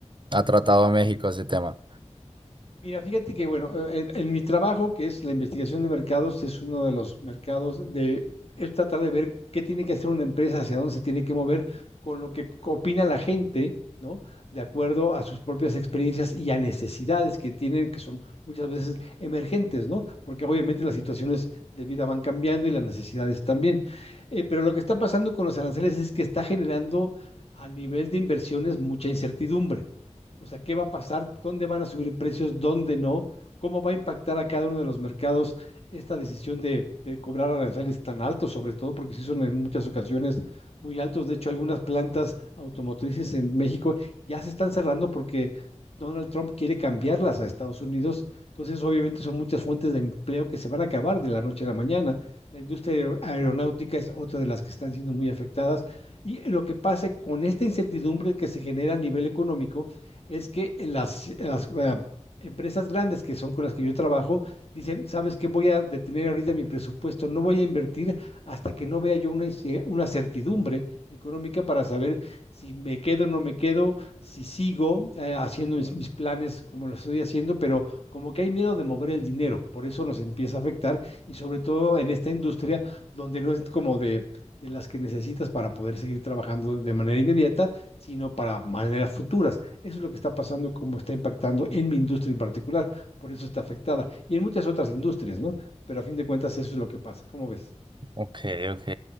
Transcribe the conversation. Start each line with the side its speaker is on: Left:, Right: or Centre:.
Right: ha tratado a México ese tema.
Left: Mira, fíjate que, bueno, eh, en, en mi trabajo, que es la investigación de mercados, es uno de los mercados de es tratar de ver qué tiene que hacer una empresa, hacia dónde se tiene que mover con lo que opina la gente, ¿no? De acuerdo a sus propias experiencias y a necesidades que tienen, que son muchas veces emergentes, ¿no? Porque obviamente las situaciones de vida van cambiando y las necesidades también. Eh, pero lo que está pasando con los aranceles es que está generando a nivel de inversiones mucha incertidumbre. O sea, ¿qué va a pasar? ¿Dónde van a subir precios? ¿Dónde no? ¿Cómo va a impactar a cada uno de los mercados esta decisión de, de cobrar aranceles tan altos, sobre todo porque sí son en muchas ocasiones muy altos? De hecho, algunas plantas automotrices en México ya se están cerrando porque Donald Trump quiere cambiarlas a Estados Unidos. Entonces, obviamente, son muchas fuentes de empleo que se van a acabar de la noche a la mañana. La industria aer- aeronáutica es otra de las que están siendo muy afectadas. Y lo que pasa con esta incertidumbre que se genera a nivel económico es que las, las eh, empresas grandes que son con las que yo trabajo dicen, ¿sabes qué? Voy a detener ahorita mi presupuesto, no voy a invertir hasta que no vea yo una, ce- una certidumbre económica para saber si me quedo o no me quedo, si sigo eh, haciendo mis, mis planes como lo estoy haciendo, pero como que hay miedo de mover el dinero, por eso nos empieza a afectar y sobre todo en esta industria donde no es como de de las que necesitas para poder seguir trabajando de manera inmediata, sino para maneras futuras. Eso es lo que está pasando, cómo está impactando en mi industria en particular. Por eso está afectada. Y en muchas otras industrias, ¿no? Pero a fin de cuentas eso es lo que pasa. ¿Cómo ves?
Right: Ok, ok.